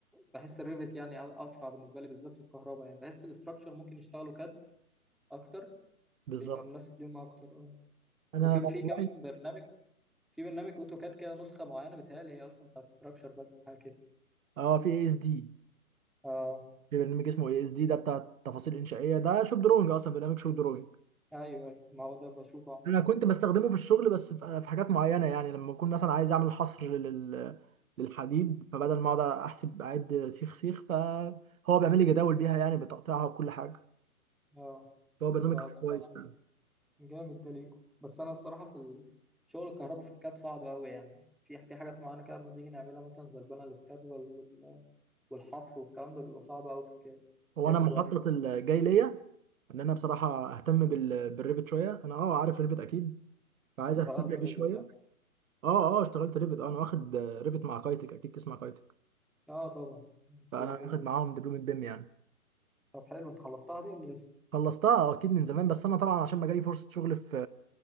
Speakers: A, in the centre; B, on the right (about 65°).
A: بحس الريفت يعني أ- اسرع بالنسبه لي بالذات في الكهرباء يعني بحس الاستراكشر ممكن يشتغلوا كاد اكتر
B: <laughs> بالظبط
A: بيبقى مناسب ليهم اكتر اه
B: انا
A: وفي
B: والله
A: في كمان برنامج في برنامج اوتوكاد كده نسخه معينه بتهيألي هي اصلا بتاعت استراكشر بس حاجه كده
B: اه في اي اس دي
A: اه
B: في برنامج اسمه اي اس دي ده بتاع التفاصيل الانشائيه ده شوب دروينج اصلا برنامج شوب دروينج
A: ايوه أيوة، ما هو ده بشوفه اه
B: انا كنت بستخدمه في الشغل بس في في حاجات معينه يعني لما اكون مثلا عايز اعمل حصر لل للحديد فبدل ما اقعد احسب اعد سيخ سيخ فهو بيعمل لي جداول بيها يعني بتقطيعها وكل حاجه
A: آه،
B: هو برنامج
A: فده
B: كويس
A: فعلا
B: فعلا
A: جامد ده ليكم بس انا الصراحه في ال- شغل الكهرباء في الكاد صعب قوي يعني في في حاجات معينه كده لما بنيجي نعملها مثلا زي البنى الاسكاد وال- وال- والحصر والكلام ده بيبقى صعب قوي في الكاد
B: هو
A: بياخد
B: انا مخطط
A: وقت
B: الجاي ليا ان انا بصراحه اهتم بال... بالريفت شويه انا اه عارف ريفت اكيد فعايز اهتم
A: اشتغلت
B: بيه
A: ريفت
B: شويه
A: يعني
B: اه اه اشتغلت ريفت انا واخد ريفت مع كايتك اكيد تسمع كايتك
A: اه طبعا مشهوره
B: فانا واخد
A: جدا
B: معاهم دبلومه بيم يعني
A: طب حلو انت خلصتها دي ولا لسه؟
B: خلصتها آه، اكيد من زمان بس انا طبعا عشان ما جالي فرصه شغل في